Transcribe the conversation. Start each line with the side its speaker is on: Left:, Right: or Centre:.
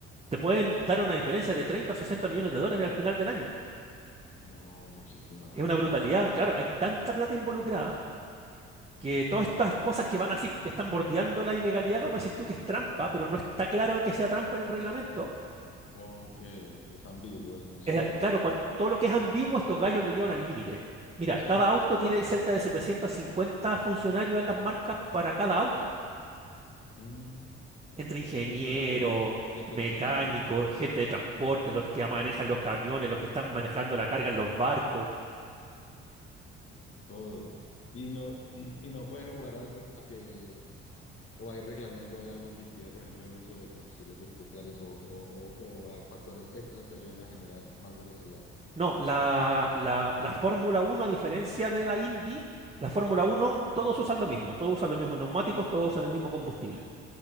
Right: te pueden dar una diferencia de 30 o 60 millones de dólares al final del año.
Left: No, muchísima
Right: Es una
Left: plata,
Right: brutalidad,
Left: claro.
Right: claro, hay tanta plata involucrada que todas estas cosas que van así, que están bordeando la ilegalidad, como decís tú, que es trampa, pero no está claro que sea trampa en el reglamento.
Left: Aunque es ambiguo el, <laughs>
Right: Eh,
Left: el reglamento.
Right: claro, cuan- todo lo que es ambiguo, estos gallos lo llevan al límite. Mira,
Left: Claro,
Right: cada auto tiene cerca de 750 funcionarios en las marcas para cada auto,
Left: mm,
Right: entre ingenieros,
Left: de funcionarios, de personas,
Right: mecánicos,
Left: sí,
Right: gente de transporte, los que manejan los camiones, los que están manejando la carga en los barcos.
Left: todo. Y no, <clears throat> y no pueden jugar a veces a que o hay reglamento, o hay algo que impida, por ejemplo, el uso de combustibles especiales o, o, o, o a factores extras que ayuden a generar más velocidad.
Right: No, la, la, la Fórmula Uno a diferencia de la Indy, la Fórmula Uno todos usan lo mismo, todos usan los mismos neumáticos, todos usan el mismo combustible.